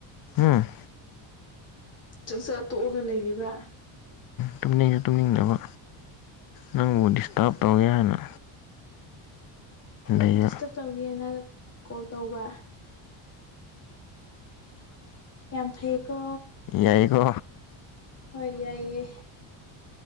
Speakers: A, on the left; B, on the left.
A: ꯎꯝ
B: ꯆꯥꯛꯆꯥ ꯇꯣꯛꯑꯒ ꯂꯩꯔꯤꯕ꯫
A: ꯇꯨꯝꯅꯤꯡꯉꯦ ꯇꯨꯝꯅꯤꯡꯗꯕ ꯅꯪꯕꯨ ꯗꯤꯁꯇꯥꯔꯕ ꯇꯧꯒꯦ ꯍꯥꯏꯅ꯫
B: ꯑꯩꯕꯨ
A: ꯂꯩꯕ
B: ꯗꯤꯁꯇꯔꯕ ꯇꯧꯒꯦꯅ ꯀꯣꯜ ꯇꯧꯕ꯫ ꯌꯥꯝ ꯐꯩꯀꯣ꯫
A: ꯌꯥꯏꯀꯣ꯫
B: ꯍꯣꯏ ꯌꯥꯏꯌꯦ